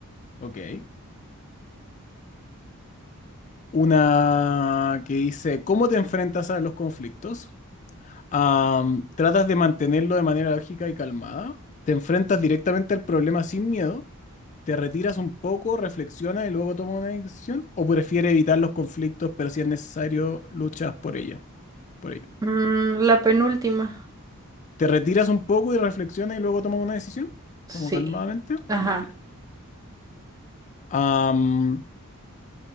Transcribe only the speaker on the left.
ok. Una que dice, ¿cómo te enfrentas a los conflictos? Am, tratas de mantenerlo de manera lógica y calmada. Te enfrentas directamente al problema sin miedo. Te retiras un poco, reflexionas y luego tomas una decisión. O prefieres evitar los conflictos, pero si es necesario, luchas por ello. Por ello.
Te retiras un poco y reflexionas y luego tomas una decisión.
Como calmadamente.
Vale. Am,